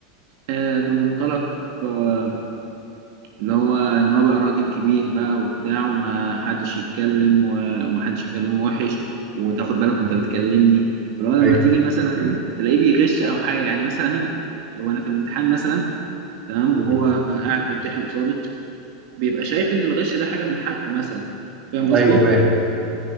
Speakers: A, on the right; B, on the right.
A: آه بمنطلق آه، اللي هو ان هو بقى راجل كبير بقى وبتاع وما حدش يتكلم و- وما حدش يكلمه وحش وتاخد بالك وانت بتكلمني اللي هو لما
B: ايوه
A: تيجي مثلا تلاقيه بيغش او حاجه يعني مثلا وانا في الامتحان مثلا تمام
B: مم.
A: وهو قاعد بيمتحن قصادي بيبقى شايف ان الغش ده حاجه من حقه مثلا فاهم قصدي؟
B: ايوه فاهم